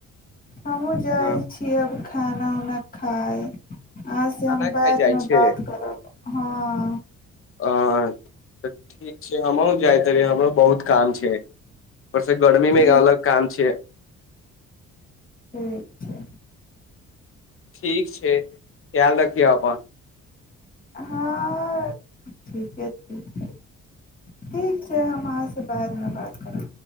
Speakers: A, on the left; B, on the left.
A: हमहूँ जाइ
B: हँ
A: छी अब खाना उना खाय अहांसे
B: खाना
A: हम
B: खाइ
A: बैदमे
B: जाइ छै
A: बात करब हँ
B: हँ तऽ ठीक छै हमहुं जाइत रहिै हमरो बहुत काम छै परसे गर्मीमे
A: ठीक
B: अलग काम छै
A: ठीक छै
B: ठीक छै खयाल रखियै अपन
A: हँ ठीके छै ठीक छै हम अहाँ से कारमे बाद कर